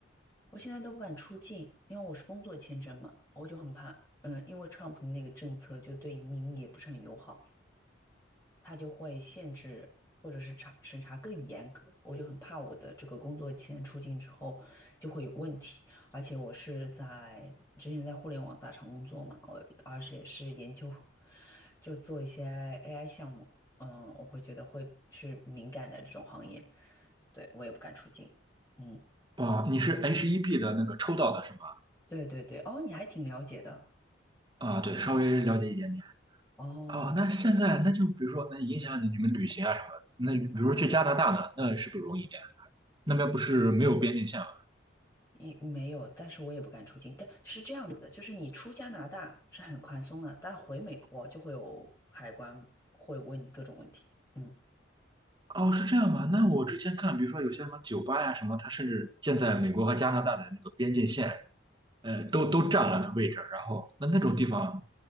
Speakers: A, on the left; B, on the right.
A: 我现在都不敢出境，因为我是工作签证嘛，我就很怕。嗯，因为 Trump 那个政策就对移民也不是很友好。他就会限制或者是查审查更严格。我就很怕我的这个工作签出境之后就会有问题，而且我是在之前在互联网大厂工作嘛，我而且是研究就做一些 AI 项目，嗯，我会觉得会是敏感的这种行业，对，我也不敢出境。嗯，
B: 啊，你是 h e b 的那个抽到的是吗？
A: 对对对，哦，你还挺了解的，
B: 啊，对，稍微了解一点点。
A: 哦，
B: 啊，那现在那就比如说，那影响你你们旅行啊什么的。那比如说去加拿大呢，那是不是容易一点？那边不是没有边境线吗？
A: 一没有，但是我也不敢出境。但是这样子的，就是你出加拿大是很宽松的，但回美国就会有海关会问你各种问题。嗯
B: 哦，是这样吗？那我之前看，比如说有些什么酒吧呀什么，它甚至建在美国和加拿大的那个边境线。呃，都都占了那位置，然后那那种地方